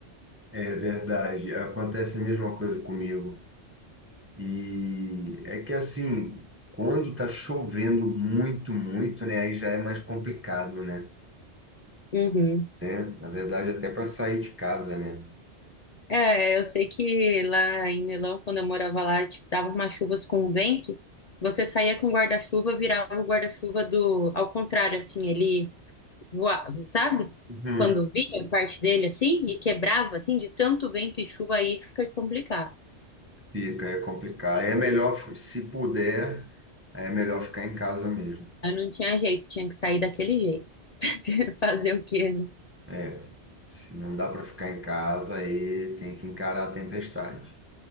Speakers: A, on the right; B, on the left.
A: É verdade, acontece a mesma coisa comigo. E é que assim, quando tá chovendo muito, muito, né, aí já é mais complicado, né?
B: Uhum.
A: Né? Na verdade, até para sair de casa, né?
B: É, eu sei que lá em Milão, quando eu morava lá, tipo, dava umas chuvas com vento, você saía com o guarda-chuva, virava o guarda-chuva do, ao contrário, assim, ele voava, sabe?
A: Uhum.
B: Quando vinha parte dele, assim, e quebrava, assim, de tanto vento e chuva aí, fica complicado.
A: Fica, é complicado. Aí É melhor, se puder, aí é melhor ficar em casa mesmo.
B: Eu não tinha jeito, tinha que sair daquele jeito. <laughs> Fazer o quê, né?
A: É, se não dá para ficar em casa, aí tem que encarar a tempestade,